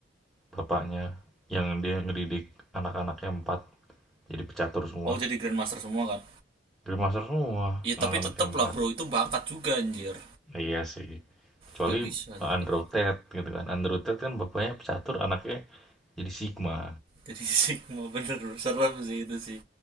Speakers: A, in the centre; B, on the right.
A: Bapaknya yang dia ngedidik anak-anaknya empat jadi pecatur semua.
B: Oh, jadi grandmaster semua kan.
A: grandmaster semua
B: Iya,
A: anak-anaknya
B: tapi tetep
A: empat.
B: lah, Bro. Itu bakat juga anjir.
A: Nah, iya sih. Kecuali
B: Nggak bisa
A: uh,
B: tetep.
A: Andrew Tate gitu kan. Andrew Tate kan bapaknya pecatur, anaknya jadi Sigma.
B: Jadi <laughs> Sigma bener bro. serem sih itu sih.